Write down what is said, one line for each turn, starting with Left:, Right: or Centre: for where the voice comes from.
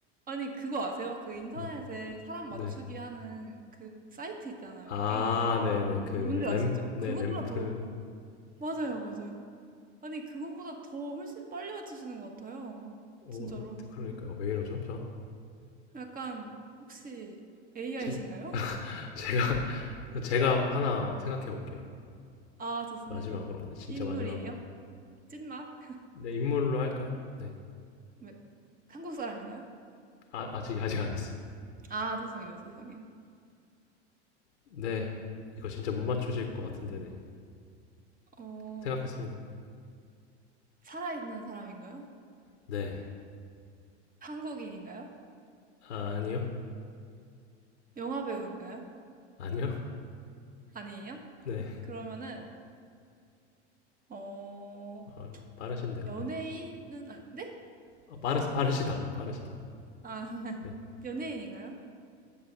Right: 아니, 그거 아세요? 그 인터넷에
Left: 네,
Right: 사람 맞추기
Left: 네.
Right: 하는 그 사이트 있잖아요,
Left: 아,
Right: 게임.
Left: 네네 그
Right: 뭔지
Left: 램,
Right: 아시죠?
Left: 네
Right: 그거보다
Left: 램프
Right: 더, 맞아요, 맞아요. 아니, 그거보다 더 훨씬 빨리 맞추시는 것 같아요.
Left: 어,
Right: 진짜로.
Left: 어, 그러니까 왜 이러죠 저?
Right: 약간, 혹시 AI신가요?
Left: 제, 제가 <laughs> 제가 하나 생각해 볼게요
Right: 아, 좋습니다.
Left: 마지막으로 네 진짜
Right: 인물이에요?
Left: 마지막으로
Right: 찐막?
Left: 네 인물로 할까요? 네
Right: 왜, 한국 사람인가요?
Left: 아, 아직 아직 안 했어요.
Right: 아, 죄송해요, 죄송해요.
Left: 네, 이거 진짜 못 맞추실 것 같은데네.
Right: 어,
Left: 생각했습니다.
Right: 살아있는 사람인가요?
Left: 네,
Right: 한국인인가요?
Left: 아, 니요
Right: 영화 배우인가요?
Left: 아니요.
Right: 아니에요?
Left: 네,
Right: 그러면은, 어,
Left: 아, 이거 빠르신데요.
Right: 연예인은,
Left: 네,
Right: 아, 네?
Left: 아, 빠르 빠르시다고요. 빠르시다고.
Right: 아, <laughs>
Left: 네,
Right: 연예인인가요?